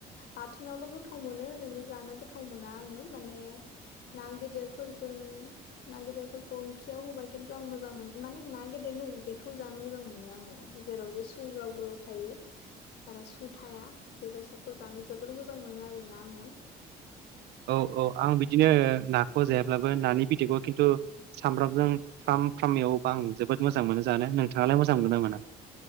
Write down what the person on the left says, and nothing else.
बाथोनावल' गो गोथाव मोनो ओरैनो जानो गोथाव गोथाव मोना आङो माने ना गेदेरफोरखौ ना गेदरफोरखौ ओंख्रियाव होबा खिन्थु आं मोजां मोनो माने ना गेेदेरनि उदैखौ जानो मोजां मोनो आङो जेराव जे सु गोलाव गोलाव थायो । बारा सु थाया बेबायसाखौ जानो जोबोर मोजां मोनो आरोना आङो ।